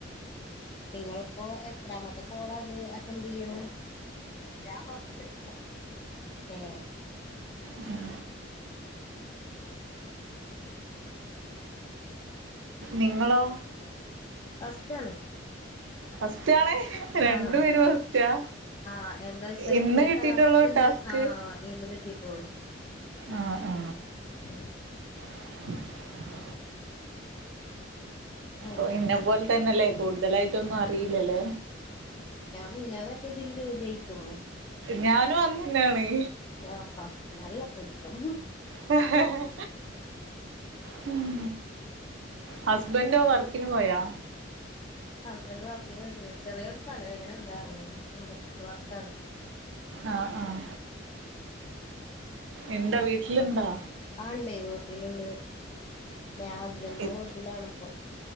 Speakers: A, on the left; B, on the right.
A: നിങ്ങളിപ്പോ എത്രാമത്തെ കോളാ ഇത് അറ്റൻഡ് ചെയ്യ്ണ് ഞാൻ ഫസ്റ്റ് <unintelligible> ഏ
B: ഉം നിങ്ങളോ
A: ഫസ്റ്റാണ്
B: ഫസ്റ്റ് ആണേ രണ്ടു
A: ആഹ്
B: പേരും ഫസ്റ്റാ
A: ആഹ് എന്താ വച്ചാല്
B: ഇന്ന്
A: ഇന്റെ
B: കിട്ടിയിട്ടുള്ളൂ
A: ടാസ്ക്ന്ന്
B: ടാസ്ക്
A: ആ ഇന്ന് കിട്ടിയിട്ടുള്ളു
B: ആ ആ
A: ഉം
B: <inaudible>
A: ഉം
B: ഓ ഇന്നെ പോൽതന്നെല്ലേ കൂടുതലായിട്ടൊന്നും അറിയില്ലലേ
A: മിഞാനാ മറ്റേതില് ജോയിൻ ആയിട്ടുള്ളൂ
B: ഞാനും അന്നന്നെനാണേ
A: ആഹാ നല്ല പൊയിത്തം
B: ഹ് ഹ് ഹ് ഹൂം ഹസ്ബൻറ ക്ക വർക്കിന് പോയാ
A: ഇക്ക വർക്കിന് പോയിട്ടില്ലാ ചെറിയൊരു തലവേദന ഉണ്ടായിരുന്നുങ്ങനെ ഇൻഡ്രസ്ട്രിയൽ വർക്കാണ്
B: ആഹ ആഹ ഇൻ്റെ വീട്ടിലുണ്ടാ
A: ആഹ് ഇണ്ടേ വീട്ടിലുണ്ട് ഞാൻ ഹസ്ബൻഡിന്റെ
B: ഇത്
A: വീട്ടിലാണിപ്പോ